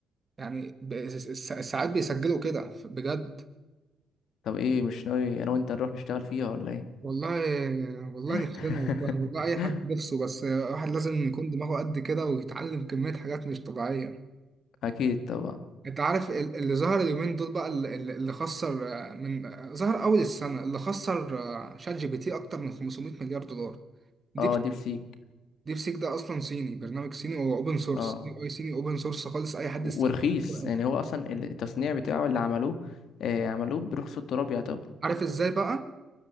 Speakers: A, on the right (about 30°); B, on the left (about 75°).
A: يعني ب- الس- الس- ساعات بيسجلوا كده بجد
B: طب ايه مش ناوي انا وانت نروح نشتغل فيها ولا ايه
A: والله والله
B: <laughs>
A: نفسنا والله والله اي حد نفسه بس الواحد لازم يكون دماغه قد كده ويتعلم كميه حاجات مش طبيعيه
B: اكيد طبعا
A: انت عارف ال- اللي ظهر اليومين دول بقى ال- ال- اللي خسر آه، من آه، ظهر اول السنه اللي خسر آه، شات جي بي تي اكتر من 500 مليار دولار دي
B: اه ديب سيك
A: ديب سيك ده اصلا صيني برنامج صيني هو اوبن سورس
B: اه
A: اي اي صيني اوبن سورس خالص اي حد
B: و-
A: يستخدمه
B: ورخيص يعني هو اصلا التصنيع بتاعه اللي عملوه آه عملوه برخص التراب يعتبر
A: عارف ازاي بقى